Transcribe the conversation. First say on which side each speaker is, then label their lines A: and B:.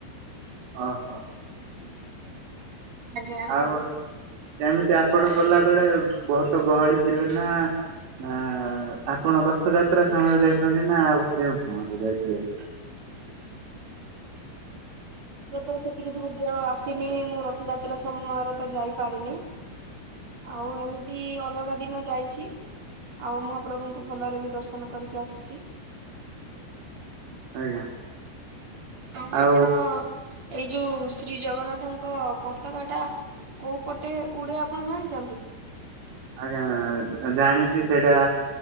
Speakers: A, on the right; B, on the right.
A: ଅ ହ।
B: ଆଜ୍ଞା।
A: ଆଉ ଏମିତି ଆପଣ ଗଲା ବେଳେ ବହୁତ ଗହଳି ଥିଲେ ନା ଆ ଆପଣ ରଥଯାତ୍ରା ସମୟରେ ଯାଇଛନ୍ତି ନା ଆଉ କେଉଁ ସମୟରେ ଯାଇଥିଲେ?
B: ମୋର ତ ସେତିକି ଭାଗ୍ୟ ଆସିନି ମୁଁ ରଥଯାତ୍ରା ସମୟରେ ତ ଯାଇପାରିନି। ଆଉ ଏମିତି ଅଲଗା ଦିନ ଯାଇଚି। ଆଉ ମହାପ୍ରଭୁଙ୍କୁ ଭଲରେ ବି ଦର୍ଶନ କରିକି ଆସିଚି।
A: ଆଜ୍ଞା।
B: ତମର
A: ଆଉ
B: କଣ ଏଇ ଯୋଉ ଶ୍ରୀ ଜଗନ୍ନାଥଙ୍କ ପତକାଟା କୋଉ ପଟେ ଉଡ଼େ ଆପଣ ଜାଣିଚନ୍ତି?
A: ଆଜ୍ଞା ଆ ଜାଣିଚି ସେଇଟା